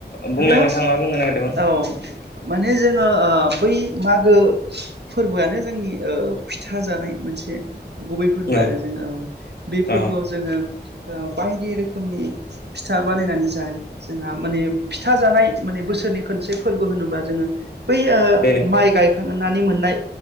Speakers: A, on the left; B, on the right.
A: बुंलाय
B: जोङो
A: नोंथां मा बुंनो नागिरदोंमोन
B: औ माने जोङो ओ बै मागो फोरबोआनो जोंनि ओ फिथा जानाय मोनसे गुबै फोरबो
A: अ
B: आरो जोङो औ बे फोरबोआव
A: अ
B: जोङो ओ बायदि रोखोमनि फिथा बानायनानै जायो जोंहा माने फिथा जानाय माने बोसोरनि खनसे फोरबो होनोबा जोङो बै ओ
A: बेनो
B: माइ गाय नुनानै मोननाय